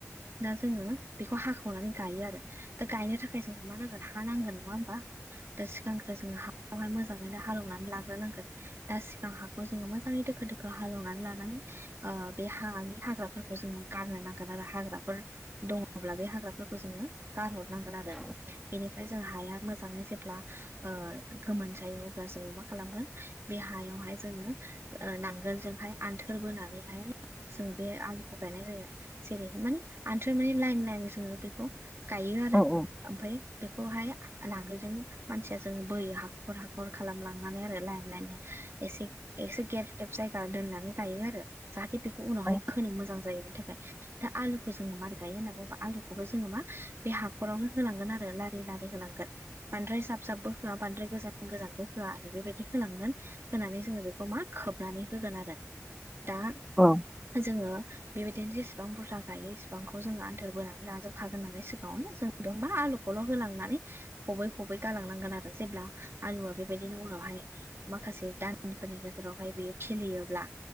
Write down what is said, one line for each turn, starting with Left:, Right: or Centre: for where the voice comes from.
Right: दा जोङो बेखौ हाखावनानै गायो आरो दा गायनो थाखाय जोंहा मा नांगोन हा नांगोन नङा होमबा। दा सिगांग्रो जोङो हाखौहाय मोजाङैनो हालेवनानै लाग्रोनांगोन दा सिगां हाखौ जोङो मोजां मोनि दोखो दोखो हालेवनानै लानानै ओ बे हानि हाग्राफोरखौ जोङो गाननो नांगोन आरो हाग्राफोर दङब्ला बे हाग्राफोरखौ जोंनो गारहरनांगोन आरो। बेनिफ्राय जों हाया मोजाङै जेब्ला ओ गोमोन जायो अब्ला जोङो मा खालामगोन बे हायावहाय जोङो ओ नांगोलजोंहाय आन्थोर बोनानैहाय जों बे आलुखौ गायनाय जायो। जेरैहाय माने आन्थो मानि लाइन लाइन जों बेखौ गायो आरो।
Centre: ओहो
Right: ओमफ्राय बेखौहाय नांगोलजों मानसिया जोङो बोयो हाखर हाखर खालामलांनानै आरो लायन लायनो एसे एसे गेब गेब जायगा दोननानै गायो आरो जाहाथे बेखौ उनावहाय
Centre: औ
Right: खोनो मोजां जायो बेनि थाखाय दा आलुखौ जोङो मारै गायो होनना बुङोबा आलुखौबो जोङो मा बे हाखरावनो होलांगोन आरो लारि लारि होनांगोन। बांद्राय जाब जाबबो होआ बांद्राय गोजान गोजानबो होआ आरो बेबायदि होलांगोन होनानै जोङो बेखौ मा खोबनानै होगोन आरो दा
Centre: औ।
Right: जोङो बेबायदिनो जेसेबां बुरजा गायो इसिबांखौ जोङो आन्थोर बोनानै लाजोबखागोन होनालाय सिगाङावनो जों दंना आलुखौल' होलांनानै फबै फबै गालांनांगोन आरो जेब्ला आलुआ बेबायदिनो उनावहाय माखासे दानफोरनि गेजेरावहाय बियो खिलियोब्ला